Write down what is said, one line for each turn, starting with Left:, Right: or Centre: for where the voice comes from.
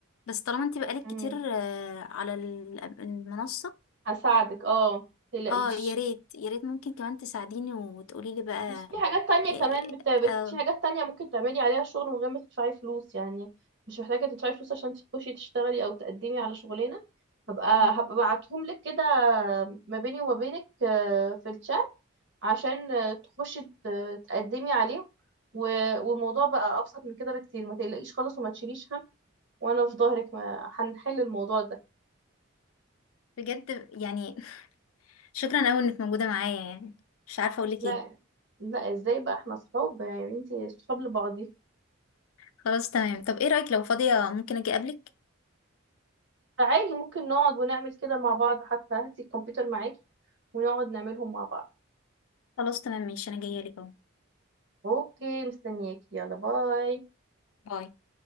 Left: بس طالما انت بقالك
Right: مم.
Left: كتير آه، على ال- المنصة
Right: هساعدك اه متقلقيش
Left: اه يا ريت يا ريت ممكن كمان تساعديني وتقولي لي بقى
Right: بس في حاجات تانية
Left: إيه-
Right: كمان بت... بت...
Left: اه
Right: في حاجات تانية ممكن تعملي عليها شغل من غير ما تدفعي فلوس يعني مش محتاجة تدفعي فلوس عشان تخشي تشتغلي أو تقدمي على شغلانة هبقى
Left: مم.
Right: هبقى ابعتهم لك كده ما بيني وما بينك آه، في الشات عشان آه، تخشي ت- تقدمي عليهم و- والموضوع بقى أبسط من كده بكتير ما تقلقيش خالص وما تشيليش هم وأنا في ظهرك ما هنحل الموضوع ده
Left: بجد يعني شكرا قوي انك موجودة معايا يعني مش عارفة اقولك
Right: لا
Left: ايه
Right: لا ازاي بقى احنا صحاب يعني انتي صحاب لبعض
Left: خلاص تمام طب ايه رأيك لو فاضية ممكن اجي اقابلك
Right: فعادي ممكن نقعد ونعمل كده مع بعض حتى هاتي الكمبيوتر معاكي ونقعد نعملهم مع بعض
Left: خلاص تمام ماشي انا جاية لك اهو
Right: اوكي مستنياكي يلا باي
Left: باي